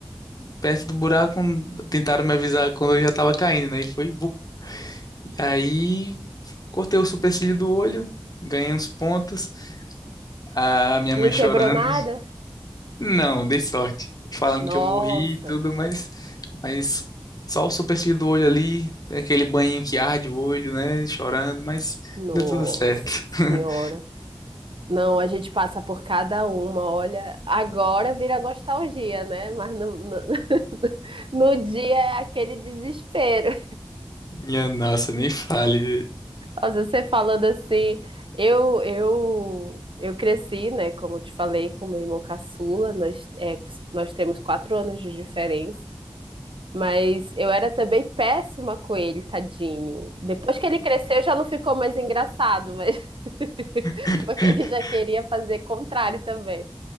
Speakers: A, on the left; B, on the right.
A: perto do buraco, tentaram me avisar quando eu já tava caindo, né? E foi, vup. E aí cortei o supercílio do olho, ganhei uns pontos, a minha
B: Não
A: mãe
B: quebrou
A: chorando
B: nada?
A: Não, dei sorte. Falando
B: Nossa,
A: que eu morri e tudo, mas, mas só o supercílio do olho ali, tem aquele banho que arde o olho, né? Chorando, mas
B: nossa
A: deu tudo certo. <laughs>
B: senhora. Não, a gente passa por cada uma. Olha, agora vira nostalgia, né? Mas no, no, <laughs> no dia é aquele desespero.
A: Minha nossa, nem fale.
B: Nossa, você falando assim, eu, eu, eu cresci, né? Como eu te falei, com meu irmão caçula. Nós, é, nós temos quatro anos de diferença. Mas eu era também péssima com ele, tadinho. Depois que ele cresceu, já não ficou mais engraçado, mas <laughs>
A: <laughs>
B: porque ele já queria fazer contrário também.